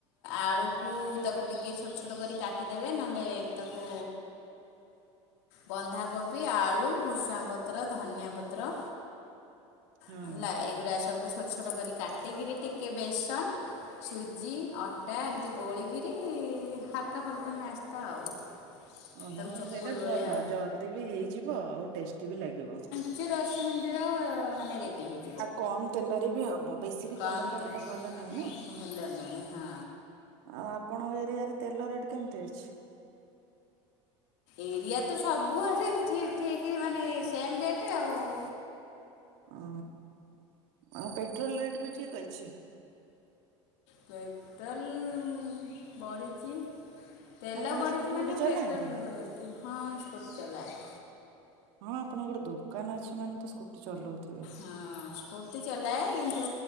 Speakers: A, on the left; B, on the right.
A: ଆଳୁକୁ ତାକୁ ଟିକେ ଛୋଟ ଛୋଟ କରି କାଟିଦେବେ ନହେଲେ ତାକୁ ବନ୍ଧାକୋବି ଆଳୁ ଭୃସୁଙ୍ଗା ପତ୍ର ଧନିଆ ପତ୍ର
B: ହଁ।
A: ହେଲା ଏଇଗୁଡା ସବୁ ଛୋଟ ଛୋଟ କରି କାଟିକିରି ଟିକେ ବେସନ ସୁଜି ଆଟା ଏମିତି ଗୋଳିକିରି ହାଲକା ଫାଲକା ନାସ୍ତା ଆଉ।
B: ଓହୋ
A: ତାକୁ ଚକୁଳି
B: ସେଇଟା ଭଲ
A: ଭଳିଆ ଆଉ
B: ଜଲଦି ବି ହେଇଯିବ ଆଉ ଟେଷ୍ଟି ବି ଲାଗିବ।
A: ସିଏ ଦଶ ମିନିଟରେ ମାନେ ରେଡ଼ି ହେ
B: ଆଉ କମ ତେଲରେ ବି ହବ। ବେଶୀ ବି
A: କମ୍
B: ତେଲ ଖାଇବାଟା
A: ତ
B: ଭଲ ନାହିଁ ନା
A: ଭଲ ନୁହେଁ ହଁ
B: ଆଉ ଆପଣଙ୍କ ଏରିଆ ରେ ତେଲ ରେଟ୍ କେମିତି ଅଛି?
A: ଏରିଆ ତ ସବୁଆଡେ ଠି ଠିକ୍ ମାନେ ସେମ ଡେଟ୍ ଆଉ।
B: ଓ ଆଉ ପେଟ୍ରୋଲ ରେଟ୍ ବି ଠିକ୍ ଅଛି?
A: ପେଟ୍ରୋଲ ବଢ଼ିଚି। ତେଲ
B: ଆପଣ
A: ବଢ଼ିଚି
B: ସ୍କୁଟି
A: ମାନେ
B: ଫୁଟି
A: ପେଟ୍ରୋଲ
B: ଚଲାନ୍ତି?
A: ବି ବଢ଼େଇଚି। ହଁ ସ୍କୁଟି ଚଲାଏ।
B: ହଁ ଆପଣଙ୍କର ଦୋକାନ ଅଛି ମାନେ ତ ସ୍କୁଟି ଚଲଉଥିବେ।
A: ହଁ ସ୍କୁଟି ଚଲାଏ କିନ୍ତୁ